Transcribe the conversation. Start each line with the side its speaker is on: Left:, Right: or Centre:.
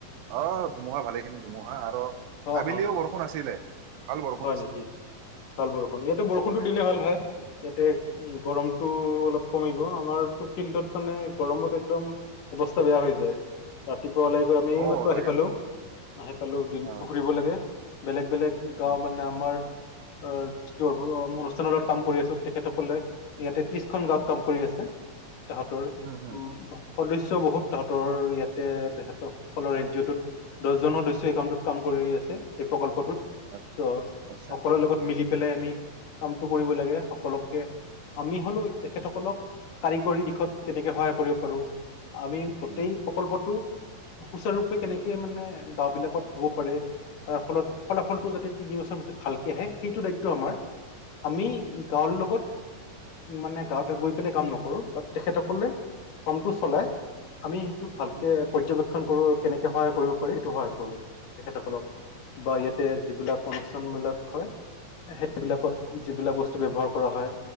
Right: অ ধুমুহা ভালেখিনি ধুমুহা কোৱা আৰু
Left: অ
Right: আবেলিও
Left: অ
Right: বৰষুণ আছিলে। ভাল বৰষুণ
Left: হয়
Right: আছিলে
Left: নেকি? ভাল বৰষুণ, ইয়াতে বৰষুণটো দিলে ভাল হয়। ইয়াতে গৰমটো অলপ কমিব। আমাৰতো ফিল্ডত মানে গৰমত একদম অৱস্থা বেয়া হৈ যায়। ৰাতি পুৱা ওলাই গৈ আমি এইমাত্ৰ
Right: অ
Left: আহি
Right: তাকেতো
Left: পালো। আহি পালো, দিনটো
Right: অ
Left: ঘুৰিব লাগে বেলেগ-বেলেগ অ
Right: উম
Left: মানে আমাৰ অ যিটো অ-অনুষ্ঠানত কাম কৰি আছো তেখেতসকলে এয়া তেত্ৰিশখন গাঁৱত কাম কৰি আছে। তাহাঁতৰ
Right: হুম হুম।
Left: উম সদস্য বহুত তাহাঁতৰ ইয়াতে তেহেতৰসকলৰ এন জি অ' টোত। দহজন সদস্য এই কামটোত কাম কৰি আছে এই প্ৰকল্পটোত।
Right: আচ্ছা
Left: ত'
Right: আচ্ছা।
Left: সকলোৰে লগত মিলি পেলাই আমি কামটো কৰিব লাগে সকলোকে, আমি হলোঁ তেখেতসকলক কাৰিকৰী দিশত কেনেকে সহায় কৰিব পাৰোঁ? আমি গোটেই
Right: হুম,
Left: প্ৰকল্পটো সুচাৰুৰূপে কেনেকে
Right: হুম,
Left: মানে গাঁওবিলাকত হ'ব পাৰে। তাৰ ফলত ফলাফলটো যাতে তিনিবছৰ পিছত ভালকে আহে সেইটো দায়িত্ব আমাৰ। আমি গাঁৱৰ লগত। মানে গাঁৱতে গৈ পেলাই কাম নকৰো। ত তেখেতসকলে কামটো চলাই আমি সেইটো ভালকে
Right: হুম,
Left: পৰ্যবেক্ষণ কৰো আৰু কেনেকে সহায় কৰিব পাৰি সেইটো সহায় কৰো তেখেতসকলক বা ইয়াতে
Right: হয়,
Left: অনুষ্ঠানবিলাক হয়। সেইবিলাকত যিবিলাক বস্তু ব্যৱহাৰ কৰা হয়,